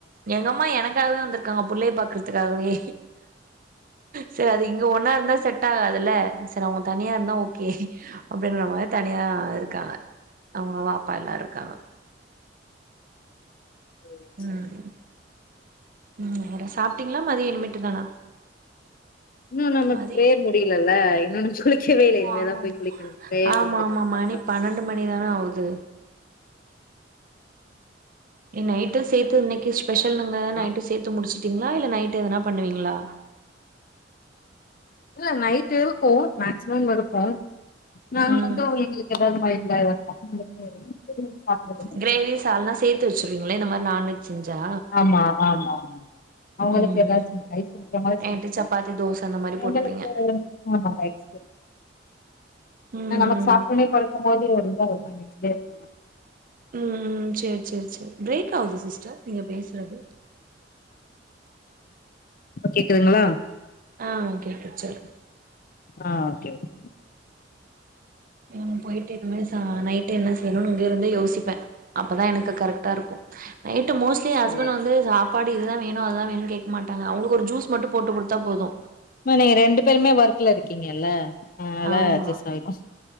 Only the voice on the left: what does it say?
சேரி சேரி
இன்னு நமக்கு
பிரேயர் முடியலல்ல இன்னொன்னு குளிக்கவே இல்லை
இனிமே
தா போய் குளிக்கணு பிரேயத்த
முடிச்சிட்டா
சா
அப்றோ
இல்ல நைட் இருக்கு மேக்சிமம் இருக்கு நாங்க
வந்தோ எங்களுக்கு எதாவுது டைண்ல பசங்களுக்கு எதனா <unintelligible>
ஆமா ஆமா ஆமா அவுங்களுக்கு
ஏதாச்சு ரைஸ் இருக்குற மாரி
செஞ்சுப்பே
எங்களுக்கு ஆமா ரைஸ்
நமக்கு சாப்ட்டன்னே படுக்கு போது ஒரு இதா ஒரு மாரி நெஞ்சிலே இருக்க மாரி
இப்ப கேக்குதுங்ளா
ஆ ஓகே ஓகே
சேரி
சேரி
நீங்க ரெண்டு பேருமே ஒர்க்ல இருக்கீங்கல்ல அதனால
அட்ஜஸ்ட் ஆயிடு